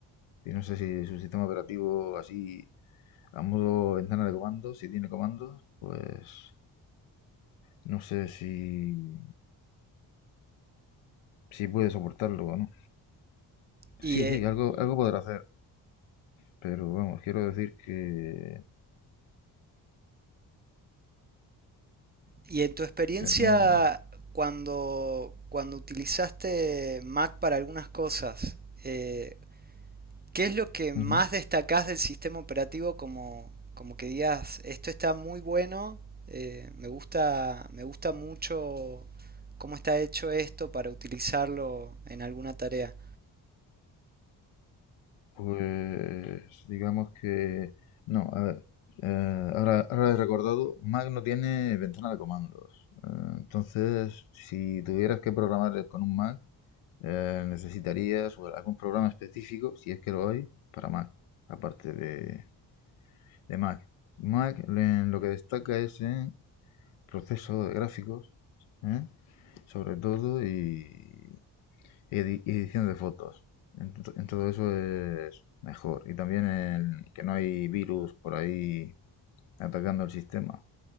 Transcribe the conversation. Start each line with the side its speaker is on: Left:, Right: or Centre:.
Left: Y no sé si su sistema operativo así, a modo ventana de comandos, si tiene comandos, pues no sé si, si puede soportarlo o no.
Right: Y,
Left: Sí,
Right: eh,
Left: sí, algo, algo podrá hacer, pero vamos, quiero decir que,
Right: y en tu experiencia,
Left: que no...
Right: cuando, cuando utilizaste Mac para algunas cosas, eh, ¿Qué es lo que más
Left: ujú.
Right: destacás del sistema operativo como, como que digas, esto está muy bueno, eh, me gusta, me gusta mucho cómo está hecho esto para utilizarlo en alguna tarea?
Left: Pues digamos que... No, a ver. eh, ahora, ahora he recordado, Mac no tiene ventana de comandos. Eh, entonces, si tuvieras que programar con un Mac, eh, necesitarías o algún programa específico, si es que lo hay, para Mac, aparte de, de Mac. Mac en lo que destaca es en proceso de gráficos, ¿eh? sobre todo, y, edi- edición de fotos. En, to- en todo eso es mejor. Y también el que no hay virus por ahí atacando el sistema.